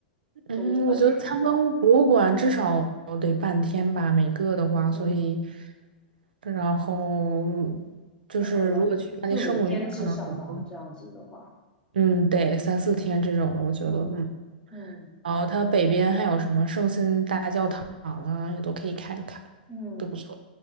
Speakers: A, on the right (about 80°); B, on the left (about 20°).
A: 嗯，
B: 都应该去一下。
A: 我觉得参观博物馆至少得半天吧，每个的话，
B: 嗯，
A: 所以，然后就是如果去巴黎圣母院，
B: 那可能四五天至少吧，
A: 可能很多，
B: 这样子的话，
A: 嗯，得三四天这种的，我觉得，
B: 嗯嗯
A: 嗯，然后它北边还有什么圣心大教堂啊，也都可以看一看，
B: 嗯。
A: 都不错。